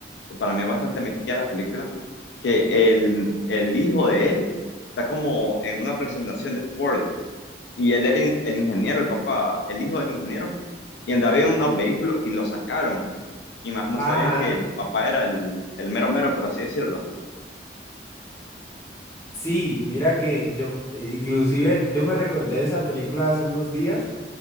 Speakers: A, on the left; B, on the left.
A: que para mí es bastante mítica de la película, que el, el hijo de él está como en una presentación de Ford y él era in- el ingeniero, el papá, el hijo del ingeniero, y andaba en unos vehículos y lo sacaron. Y más no
B: Ajá.
A: sabían que el papá era el, el mero mero, por así decirlo.
B: Sí, mira que yo, eh, inclusive, yo me recordé de esa película hace unos días